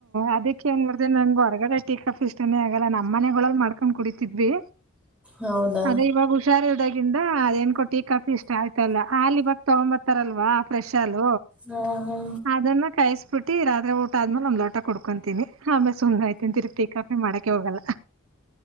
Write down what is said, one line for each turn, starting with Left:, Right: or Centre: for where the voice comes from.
Right: ಅದಿಕೆ ಏನ್ ಮಾಡತ ನಂಗೆ ಹೊರಗಡೆ ಟ್ಟಿ ಕಾಫಿ ಇಷ್ಟಾನೇ ಆಗಲ್ಲ ನಮ್ಮ ನಮ್ಮನೆಗಳಲ್ಲಿ ಮಾಡ್ಕೊಂಡ್ ಕುಡಿತಿದ್ವಿ
Centre: ಹೌದಾ
Right: ಅದೇ ಇವಾಗ ಹುಷಾರ್ ಇಲ್ದಾಗಿಂದ ಅದೇನ್ ಕೊಟ್ಟಿ ಕಾಫಿ ಇಷ್ಟ ಆಯ್ತಲ್ಲ ಅಯಹಾಲ್ ಇವಾಗ ತೊಂಬತ್ ರಲ್ವಾ ಫ್ರೆಶ್ ಹಾಲ್
Centre: ಹಾ ಹಾ
Right: ಅದನ್ನ ಕಾಯಸ್ಬಿಟ್ಟಿ ರಾತ್ರಿ ಆದ್ಮೇಲೆ ಒಂದ್ ಲೋಟ ಕುಡ್ಕೊಂತೀನಿ ಆಮೇಲೆ ಸುಮ್ ಹಾಯ್ತೀನಿ ತಿರುಗ ಟೀ ಕಾಫಿ ಮಾಡಕೆ ಹೋಗಲ್ಲ